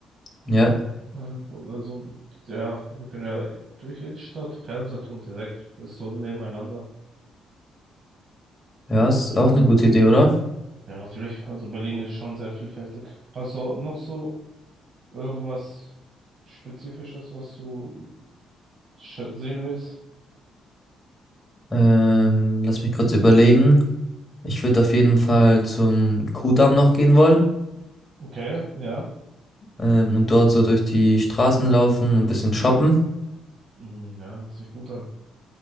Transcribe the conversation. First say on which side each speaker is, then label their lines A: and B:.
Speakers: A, on the left (about 25°); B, on the right (about 55°).
A: Ja,
B: Äh, Also, ja, wir können ja durch Innenstadt, Fernsehturm direkt, ist so nebeneinander.
A: ja, ist auch eine gute Idee, oder?
B: Ja, natürlich. Also Berlin ist schon sehr vielfältig. Hast du noch so irgendwas Spezifisches, was du sch- sehen willst?
A: Ähm, lass mich kurz überlegen. Ich würde auf jeden Fall zum Kuhdamm noch gehen wollen.
B: Okay, ja.
A: Ähm, und dort so durch die Straßen laufen und ein bisschen shoppen.
B: Hm, Ja, hört sich gut an.